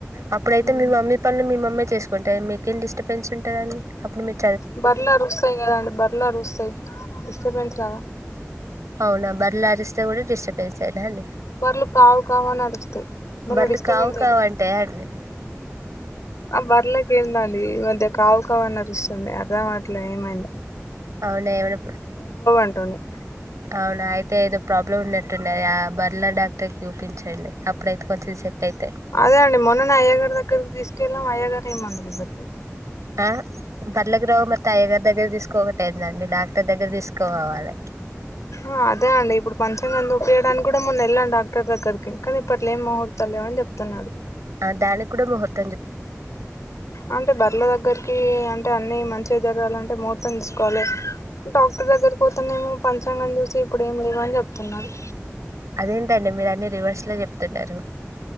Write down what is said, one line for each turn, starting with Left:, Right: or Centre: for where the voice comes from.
Right: అప్పుడయితే
Left: మ్
Right: మీ మమ్మీ పనులు మీ మమ్మీ కొంటే మీ కేం డిస్టబెన్స్ ఉంటదండి అప్పుడు మీర్
Left: బర్లు అరుస్తాయి కదండి బర్లు అరుస్తాయి డిస్టబెన్స్ రాద
Right: అవున బర్లు అరిస్తే కూడ డిస్టబెన్స్ ఎడా అండి
Left: బర్రలు కావు కావు అని అరుస్తాయి మరల
Right: బర్లు
Left: డిస్టర్బ్
Right: కావు
Left: ఏందు
Right: కావు అంటాయా అండి
Left: ఆ బరలకి ఏందండి ఈ మధ్య కావు కావని అరుస్తుంటాయి. అర్థం అట్లా ఏమైంద
Right: అవునా ఏమనా
Left: అంటున్నాయి
Right: అవునా అయితే ఏదో ప్రాబ్ లో ఉన్నట్టున్నాయి ఆ బర్ల డాక్టర్ కి చూపించండి అప్పుడైతే కొంచెం సెట్ అవుతాయి
Left: అదే అండి మొన్ననే అయ్యగారి దగ్గరకి తీసుకెళ్ళాం అయ్యగారు ఏ మందులు ఇవ్వట్లేదు
Right: ఆ బర్ల గ్రహం మత్త అయ్యగారి దగ్గర తీసుకోక వట ఏందండి డాక్టర్ దగ్గర తీసుపోవాలి
Left: ఆ అదే అండి ఇప్పుడు పంచంగంధ ఉపయడానికి కూడ మొన్న వెళ్ళాను డాక్టర్ దగ్గరికి కానీ ఇప్పట్లో ఏం ముహూర్తాలు లేవని చెప్తున్నారు
Right: ఆ దానికి కూడా ముహూర్త
Left: అంటె బర్ల దగ్గరికి అంటే అన్నిీ మంచిగా జరగాలంటే ముహూర్తం తీసుకోవాలె డాక్టర్ దగ్గర పోతేనేమో పంచాంగం చూసి ఇప్పుడు ఏమి లేవు అని చెప్తున్నారు
Right: అదేంటండి మీరు అన్నిీ రివర్స్ లో చెప్తున్నరు